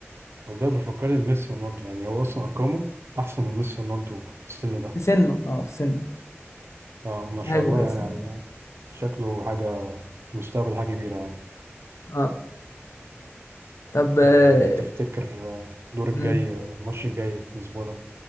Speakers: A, on the right; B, on the left.
A: والله بيفكرني بميسي ورونالدو يعني هو اصلا ارقامه احسن من ميسي ورونالدو في السن ده
B: في سنه اه في سنه
A: فما
B: دي
A: شاء
B: حاجه كويسه
A: الله يعني عليه يعني شكله حاجه في المستقبل حاجه كبيره يعني
B: اه طب آه،
A: أه تفتكر آه، الدور الجاي
B: امم
A: آه، الماتش الجاي الاسبوع ده